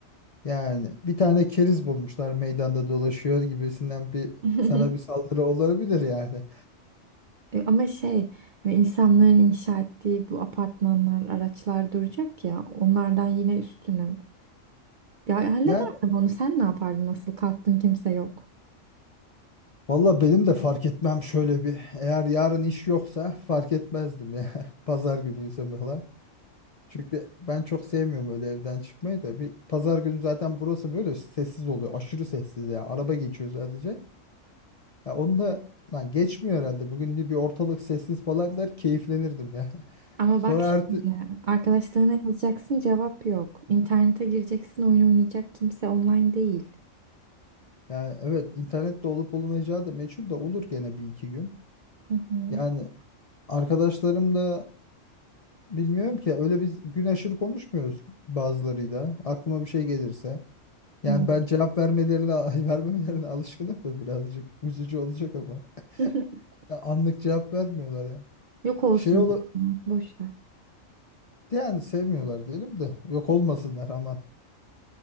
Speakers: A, on the left; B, on the right.
A: Yani bir tane keriz bulmuşlar meydanda dolaşıyor gibisinden bir
B: <laughs>
A: sana bir saldırı olabilir yani.
B: E, Ama şey hani insanların inşa ettiği bu apartmanlar, araçlar duracak ya onlardan yine üstünüm. Ya hallederdim
A: Yani
B: onu sen ne yapardın nasıl kalktın kimse yok.
A: valla benim de fark etmem şöyle bir eğer yarın iş yoksa fark etmezdim ya. <laughs> Pazar günüyse falan. Çünkü ben çok sevmiyorum öyle evden çıkmayı da. Bir pazar günü zaten burası böyle sessiz oluyor. Aşırı sessiz ya. Araba geçiyor sadece. Ya onu da lan geçmiyor herhalde. Bugün de bir ortalık sessiz falan der keyiflenirdim ya. <laughs>
B: Ama
A: Sonra
B: bak şimdi
A: artık
B: arkadaşlarına yazacaksın cevap yok. İnternete gireceksin oyun oynayacak kimse online değil.
A: Yani evet internet de olup olmayacağı da meçhul de olur gene bir iki gün.
B: Hı hı.
A: Yani arkadaşlarım da bilmiyorum ki öyle biz gün aşırı konuşmuyoruz bazılarıyla. Aklıma bir şey gelirse. Yani
B: Hı.
A: ben cevap vermelerine <laughs> vermemelerine alışkınım da birazcık üzücü olacak ama.
B: <laughs>
A: Ya anlık cevap vermiyorlar ya.
B: Yok olsun.
A: Şey ola
B: o zaman, Boş ver.
A: yani sevmiyorlar diyelim de yok olmasınlar aman.